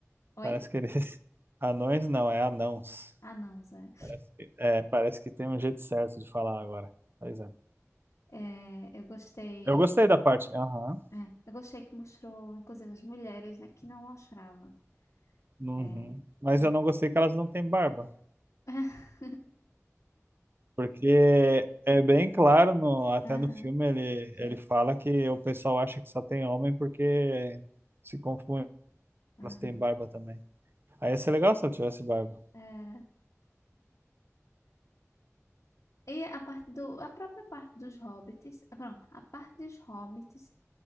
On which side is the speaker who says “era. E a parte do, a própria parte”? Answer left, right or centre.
Left